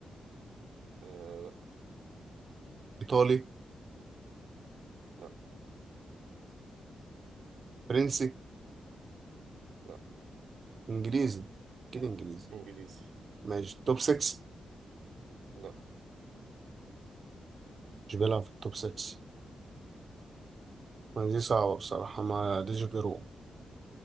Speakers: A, on the right; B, on the right.
A: آه
B: ايطالي
A: لا
B: فرنسي
A: لا لا
B: انجليزي كده انجليزي
A: إنجليزي
B: ماشي توب 6
A: لا
B: مش بيلعب في التوب 6 ما دي صعبة بصراحة ما ديش غيره